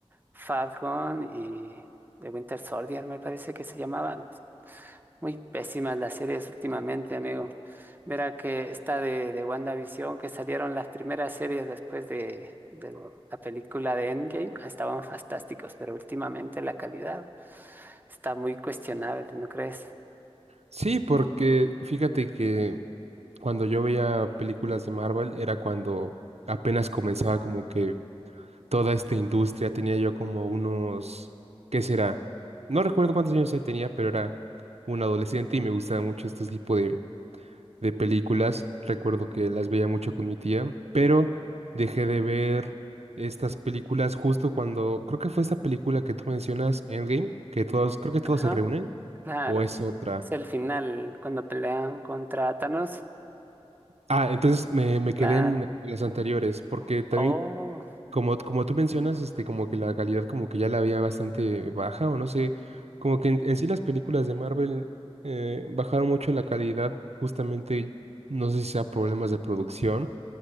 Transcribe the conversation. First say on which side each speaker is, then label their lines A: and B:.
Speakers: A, on the right; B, on the right.
A: Falcon y de Winter Soldier, me parece que se llamaba. Muy pésimas las series últimamente, amigo. Verá que esta de, de WandaVision, que salieron las primeras series después de, de lo- la película de Endgame, estaban fantásticos, pero últimamente la calidad está muy cuestionable, ¿no crees?
B: Sí, porque fíjate que cuando yo veía películas de Marvel era cuando apenas comenzaba como que toda esta industria, tenía yo como unos, ¿qué será? No recuerdo cuántos años tenía, pero era un adolescente y me gustaba mucho este tipo de, de películas. Recuerdo que las veía mucho con mi tía, pero dejé de ver estas películas justo cuando, creo que fue esta película que tú mencionas, Endgame, que todos, creo que
A: Ajá,
B: todos se reúnen.
A: claro.
B: ¿O es otra?
A: Es el final, cuando pelean contra Thanos,
B: Ah, entonces me, me
A: claro.
B: quedé en, en las anteriores, porque también,
A: Oh.
B: como, como tú mencionas, este, como que la calidad como que ya la había bastante baja, o no sé, como que en, en sí las películas de Marvel eh, bajaron mucho la calidad, justamente, no sé si sea problemas de producción,